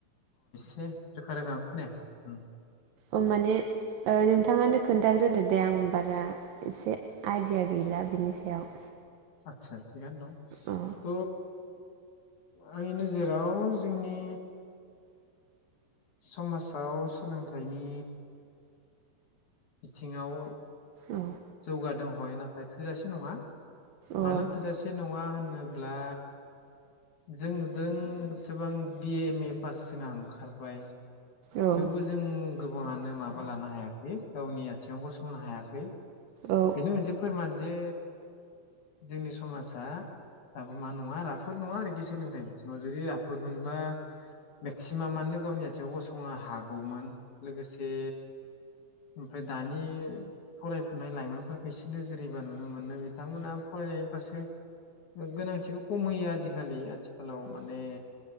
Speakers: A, on the left (about 60°); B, on the right (about 75°).
A: दे रोखा रोखा खोनायाखै
B: अ माने नोंथाङानो खोन्थाग्रोदो दे आं बारा एसे आयदिया गैला बिनि सायाव
A: आतसा थिखगानो
B: औ
A: दं त आंनि नोजोराव जोंनि समाजाव सोलोंथाइनि बिथिङाव
B: औ
A: जौगा दोंहय नाथाय थोजासे नङा।
B: औ
A: मानो थोजासे नङा होनो अब्ला जों नुदों एसेबां बि-ए एम-ए पास जहा ओंखारबाय।
B: औ
A: थेवबो जों गोबांङानो माबा लानो हायाखै। गावनि आथिङाव गसंनो हायाखै।
B: औ
A: बेनो मोनसे फोरमान जे जोंनि समाजा। दाबो मा नङा राफोद नङा <unintelligible> सोलोंथाइ बिथिङाव जुदि राफोद मोनबा मेक्सिमामानो गावनि आथिआव गसंनो हागौमोन। लोगोसे ओमफ्राय दानि फरायफुनाय लाइमोनफोरखौ एसे नोजोरैबा नुनो मोनो बिथांमोना फरायनायनि फारसे गोनांथिखौ खम होयो आजिखालि। हेलौ माने